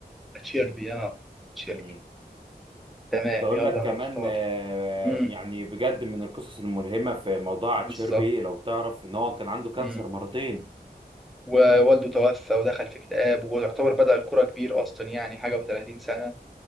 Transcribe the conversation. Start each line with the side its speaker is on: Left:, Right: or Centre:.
Centre: أتشيربي آه أتشيربي
Right: مم.
Centre: تمام
Right: كنت اقول
Centre: يلا
Right: لك كمان
Centre: أنا هختار
Right: آه،
Centre: امم
Right: يعني بجد من القصص الملهمة في موضوع
Centre: بالظبط
Right: اتشيربي لو تعرف ان هو كان عنده كانسر
Centre: امم
Right: مرتين
Centre: ووالده توفى ودخل في اكتئاب ويعتبر بدأ الكرة كبير أصلا يعني حاجة و30 سنة